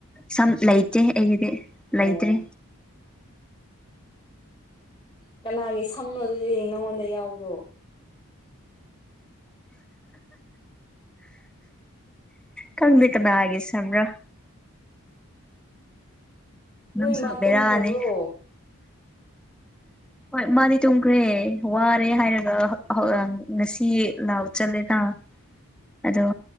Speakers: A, in the centre; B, on the left (about 20°).
A: ꯁꯝ ꯂꯩꯇꯦ ꯑꯩꯒꯤꯗꯤ
B: ꯑꯣ
A: ꯂꯩꯇ꯭ꯔꯤ
B: ꯀꯅꯥꯒꯤ ꯁꯝꯅꯣ ꯑꯗꯨꯗꯤ ꯅꯪꯉꯣꯟꯗ ꯌꯥꯎꯕꯗꯣ
A: ꯈꯪꯗꯦ ꯀꯅꯥꯒꯤ ꯁꯝꯔꯥ
B: ꯅꯣꯏ
A: ꯅꯪꯁꯨ
B: ꯃꯥ ꯇꯨꯝꯈ꯭ꯔꯕ꯭ꯔꯣ
A: ꯕꯦꯔꯥꯅꯤ ꯍꯣꯏ ꯃꯥꯗꯤ ꯇꯨꯝꯈ꯭ꯔꯦ ꯋꯥꯔꯦ ꯍꯥꯏꯔꯒ ꯍꯧꯍꯧ ꯑ ꯉꯁꯤ ꯂꯥꯎ ꯆꯠꯂꯦꯇꯥ ꯑꯗꯣ